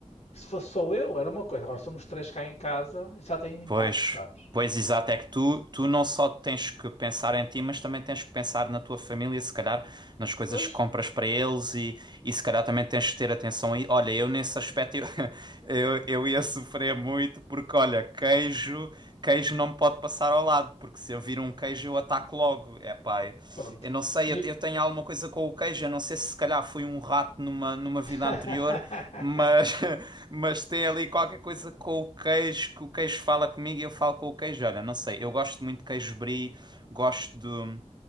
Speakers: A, on the left (about 60°); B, on the right (about 35°).
A: Se fosse só eu, era uma coisa. Agora somos três cá em casa, isso já tem um impacto,
B: Pois,
A: sabes?
B: pois exato, é que tu, tu não só tens que pensar em ti, mas também tens que pensar na tua família, se calhar nas coisas
A: Pois,
B: que compras para eles e, e se calhar também tens que ter atenção aí. Olha, eu nesse aspecto eu, <laughs> eu, eu ia sofrer muito porque, olha, queijo, queijo não me pode passar ao lado, porque se eu vir um queijo eu ataco logo. É pá,
A: pronto.
B: eu não sei,
A: E...
B: eu, eu tenho alguma coisa com o queijo, eu não sei se se calhar fui um rato numa, numa vida
A: <laughs>
B: anterior, mas, <laughs> mas tem ali qualquer coisa com o queijo, que o queijo fala comigo e eu falo com o queijo. Olha, não sei, eu gosto muito de queijo brie, gosto de,